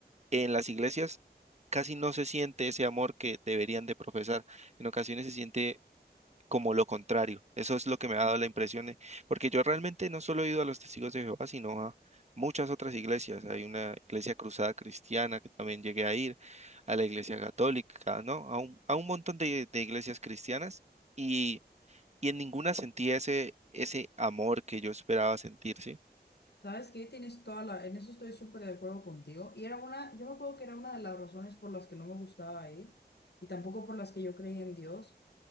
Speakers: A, on the right (about 40°); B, on the left (about 70°).
A: en las iglesias casi no se siente ese amor que deberían de profesar. En ocasiones se siente como lo contrario. Eso es lo que me ha dado la impresión, eh, porque yo realmente no solo he ido a los Testigos de Jehová, sino a muchas otras iglesias. Hay una iglesia cruzada cristiana que también llegué a ir, a la iglesia católica, ¿no? A un, a un montón de, de iglesias cristianas y, y en ninguna sentía ese, ese amor que yo esperaba sentir, ¿sí?
B: ¿Sabes qué? Tienes toda la... En eso estoy súper de acuerdo contigo. Y era una... Yo me acuerdo que era una de las razones por las que no me gustaba ir y tampoco por las que yo creía en Dios.